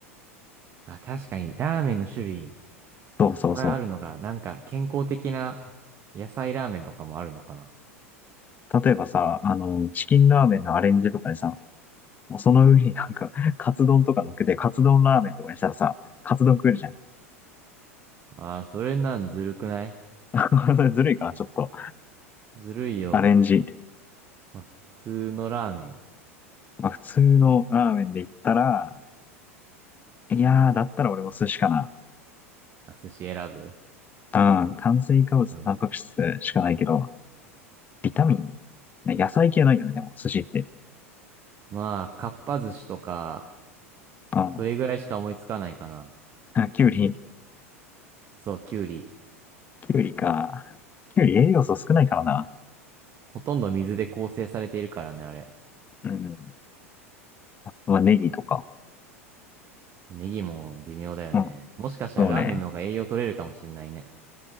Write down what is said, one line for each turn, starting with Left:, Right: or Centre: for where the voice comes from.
Right: あ、確かにラーメンの種類
Left: そうそうそ
Right: いっぱいあるのが、なんか健康的な野菜ラーメンとかもあるのかな。
Left: う。例えばさ、あの、チキンラーメンのアレンジとかでさ、もうその上になんか、<laughs> カツ丼とか乗っけて、カツ丼ラーメンとかにしたらさ、カツ丼食えるじゃん。
Right: あー、それなんずるくない
Left: <laughs> それずるいかな、ちょっと。
Right: ずるいよ。
Left: アレンジ。
Right: まあ、普通のラーメン。
Left: まあ、普通のラーメンで言ったら、いやー、だったら俺も寿司かな。
Right: あ、寿司選ぶ
Left: うん、炭水化物とタンパク質しかないけど、
Right: うん。
Left: ビタミン、ね野菜系ないよね、でも、寿司って。
Right: まあ、かっぱ寿司とか、
Left: うん。
Right: それぐらいしか思いつかないかな。
Left: あ、きゅうり、
Right: そう、きゅうり。
Left: きゅうりか。きゅうり栄養素少ないからな。
Right: ほとんど水で構成されているからね、あれ。
Left: うん。まあ、ネギとか。
Right: ネギも微妙だよね。
Left: うん。
Right: もしかしたらラーメンの方が栄養取れるかもしんないね。
Left: そうね。